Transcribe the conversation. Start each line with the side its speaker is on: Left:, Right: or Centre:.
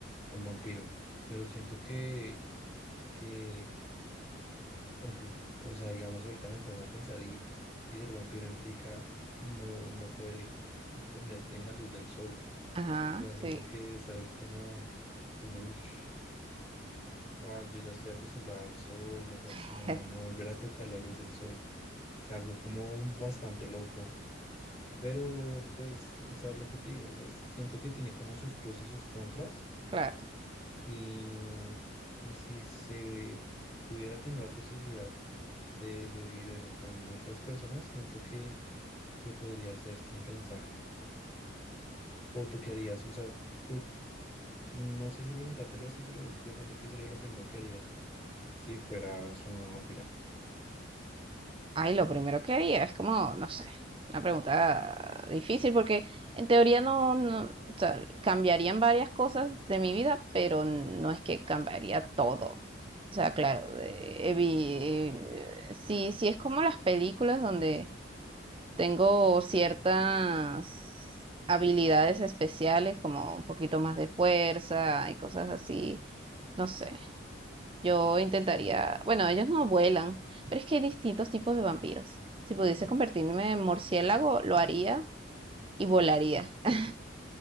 Left: un vampiro, pero siento que, que Uf, o sea, digamos, ahorita me pongo a pensar y, y ser vampiro implica no, no poder ex- ponerte en la luz del sol.
Right: Ajá,
Left: O sea, siento
Right: sí,
Left: que es algo como, como "Ush, no, yo ya estoy acostumbrado al sol, o sea,
Right: <laughs>
Left: no, no volver a tocar la luz del sol. Es algo como bastante loco. Pero, pues, o sea, lo que te digo, o sea, siento que tiene como sus pros y sus contras.
Right: claro.
Left: Y, mm, y si se pudiera tener la posibilidad de, de vivir eso con otras personas, siento que se podría hacer sin pensar. ¿O tú qué harías? O sea, tú, no sé si preguntártelo así, pero de pronto, ¿qué sería lo primero que harías si fueras una vampira?
Right: Ay, lo primero que haría es como, no sé, una pregunta difícil porque en teoría no, no, o sea, cambiarían varias cosas de mi vida, pero no es que cambiaría todo. O sea, claro, de- evi- sí, sí es como las películas donde tengo ciertas habilidades especiales, como un poquito más de fuerza y cosas así. No sé, yo intentaría, bueno, ellos no vuelan, pero es que hay distintos tipos de vampiros. Si pudiese convertirme en murciélago, lo haría y volaría. <laughs>